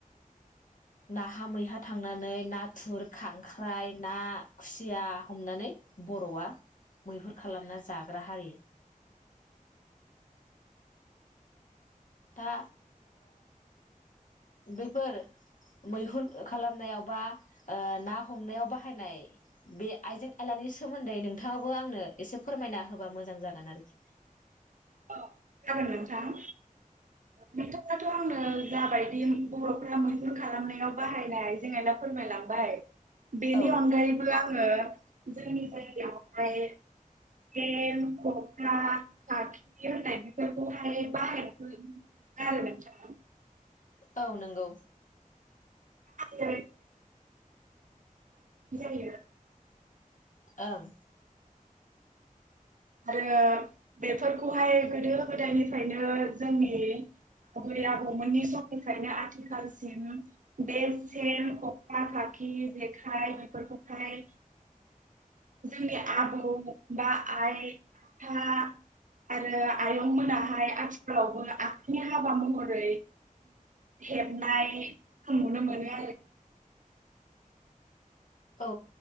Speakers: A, on the left; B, on the right.
A: नाहा मैहा थांनानै नाथुर खांख्राइ ना खुसिया हमनानै बर'आ मैहुर खालामना जाग्रा हारि। दा बेफोर मैहुर खालामनायाव बा ना हमनायाव बाहायनाय बे आइजें आयलानि सोमोन्दै नोंथाङाबबो आंनो एसे फोरमायना होबा मोजां जागोन आरोखि।
B: औ गाबोन नोंथां नथाङाथ' आंनो जाबायदि बर'फ्रा मैहुर खालामनायाव बाहायनाय <unintelligible> फोरमायलांबाय। बेनि
A: औ
B: अनगायैबो आङो जोंनि जायगायावहाय जम खखा खाख्रि होननाय बेफोरखौहाय बाहेरोन <unintelligible>
A: औ नंगौ।
B: ज ज <unintelligible>
A: ओं
B: आरो बेफोरखौहाय गोदो गोदायनिफ्रायनो जोंनि आबै आबौमोननि समनिफ्रायनो आथिखालसिम बे सेन खखा खाखि जेखाइ बेफोरखौहाय जोंनि आबौ बा आइ। आखा आरो आयं मोनाहाय आथिखालावबो आखाइनि हाबा महरै हेबनायखौ जों नुनो मोनो आरो।
A: औ